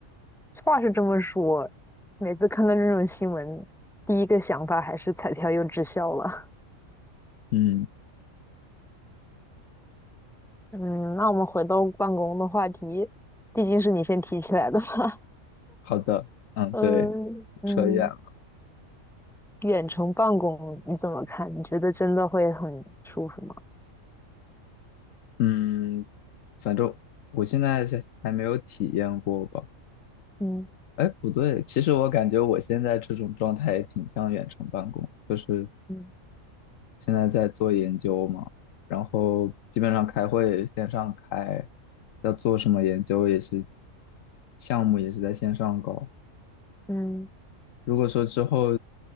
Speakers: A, in the centre; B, on the left (about 75°).
A: 话是这么说，每次看到这种新闻，第一个想法还是彩票又滞销了。
B: 嗯，
A: <laughs> 嗯，那我们回到办公的话题，毕竟是你先提起来的嘛。
B: 好的，嗯，
A: <laughs> 嗯嗯，
B: 对，扯远了。
A: 远程办公你怎么看？你觉得真的会很舒服吗？
B: 嗯，反正我现在是还没有体验过吧。
A: 嗯
B: 哎，不对，其实我感觉我现在这种状态也挺像远程办公，就是
A: 嗯
B: 现在在做研究嘛，然后基本上开会线上开，要做什么研究也是，项目也是在线上搞。
A: 嗯
B: 如果说之后